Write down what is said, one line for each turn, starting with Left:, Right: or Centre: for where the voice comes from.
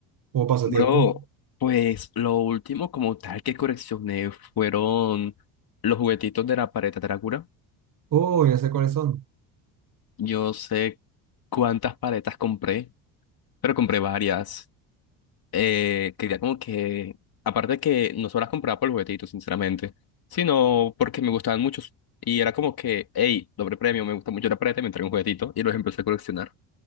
Right: como pasatiempo.
Left: Bro, pues lo último como tal que coleccioné fueron los juguetitos de la paleta Drácula.
Right: Oh, ya sé cuáles son.
Left: Yo no sé cuántas paletas compré, pero compré varias. Eh, quería como que, aparte de que no solo las compraba por el juguetito, sinceramente, sino porque me gustaban muchos. Y era como que, hey, doble premio, me gusta mucho la paleta, me trae un juguetito y los empecé a coleccionar.